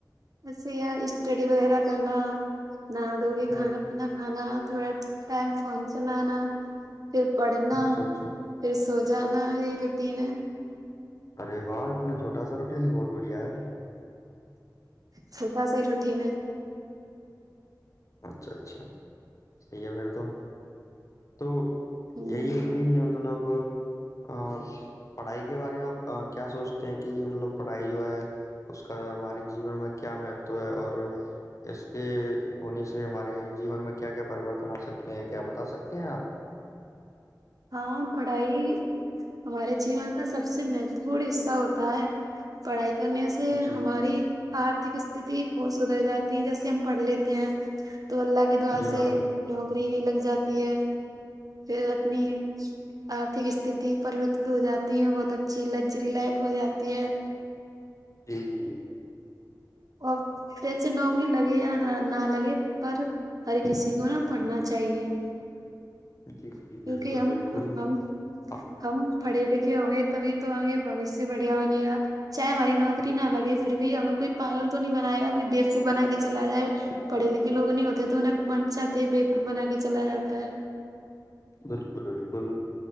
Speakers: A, on the right (about 55°); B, on the left (about 45°).
A: ویسے ہی اسٹڈی وغیرہ کرنا نہا دھو لیےکھانا
B: ہ
A: پینا کھانا تھوڑا ٹائم فون چلانا پھر پڑھنا
B: اچھا اچھا
A: پھر سو جانا یہی روٹین ہے
B: ارے واہ اتنا چھوٹا سا روٹین بہت بڑھیا ہے
A: چھوٹا سا ہی روٹین ہے
B: اچھا اچھا صحی ہے پھر تو تو
A: ہ
B: یہی ہے کہ مطلب اپ پڑھائی کے بارے میں آپ کیا سوچتے ہیں کہ مطلب پڑھائی جو ہے اس کا ہمارے جیون میں کیا مہتو ہے اور اس کے ہونے سے ہمارے جیون میں کیا کیا پریورتن آ سکتے ہیں کیا بتا سکتے ہیں آپ
A: ہاں پڑھائی ہمارے جیون کا سب سے مہتو پورن حصہ ہوتا ہے پڑھائی کرنے سے سے
B: جی
A: ہماری آرتھک استھتی بہت سدھر جاتی ہے جیسے ہم پڑھ لیتے ہیں تو اللہ کے دعا
B: جی
A: سے
B: میڈم
A: نوکری بھی لگ جاتی ہے پھر اپنی آرتھک استھتی پرریورتت ہو جاتی ہیں بہت اچھی لگژری لائف ہو جاتی ہے
B: جی جی
A: اور ویسے نوکری لگے یا نہ لگے پر ہر کسی کو نا پڑھنا چاہیے
B: جی جی
A: کیونکہ
B: بالکل
A: ہم
B: بالکل
A: ہم
B: آ،
A: ہم پڑھے لکھے ہوں گے تبھی تو آگے بھویشیہ بڑھیا بنے گا چاہے ہماری نوکری نہ لگے پھر بھی ہمیں کوئی پاگل تو نہیں بنائے گا کوئی بیوقوف بنا کے چلا جائے پڑھے لکھے لوگ نہیں ہوتے تو انھیں من چاہتے بیوقوف بنا کے چلا جاتا ہے
B: بالکل بالکل